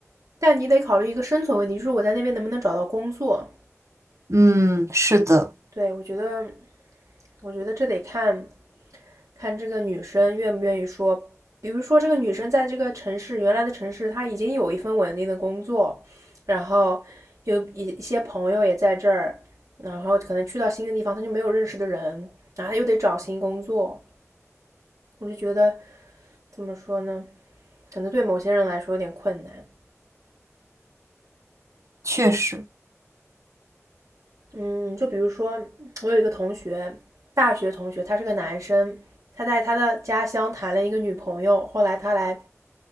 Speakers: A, on the right; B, on the right.
A: 但你得考虑一个生存问题，就是我在那边能不能找到工作。
B: 嗯，是的，
A: 对，我觉得，我觉得这得看看这个女生愿不愿意说。比如说，这个女生在这个城市原来的城市，她已经有一份稳定的工作，然后有一一些朋友也在这儿，然后可能去到新的地方，她就没有认识的人，然后她又得找新工作。我就觉得怎么说呢？可能对某些人来说有点困难。
B: 确实。
A: 嗯，就比如说，我有一个同学，大学同学，他是个男生，他在他的家乡谈了一个女朋友，后来他来